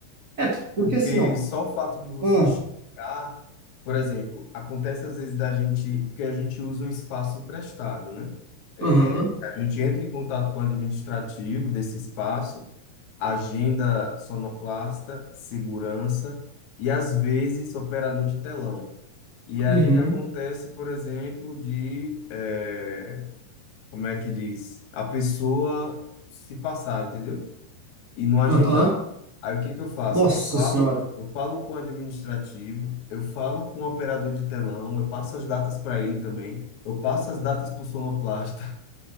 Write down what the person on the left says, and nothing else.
Porque
só o fato de você
chegar, por exemplo, acontece às vezes da gente, porque a gente usa um espaço emprestado, né? É,
a gente entra em contato com o administrativo desse espaço, agenda sonoplasta, segurança e às vezes operador de telão. E aí
acontece, por exemplo, de, é, como é que diz? A pessoa se passar, entendeu? e não agendar.
Aí o que que eu faço?
Eu falo,
eu falo com o administrativo, eu falo com o operador de telão, eu passo as datas para ele também, eu passo as datas para o sonoplasta. <laughs>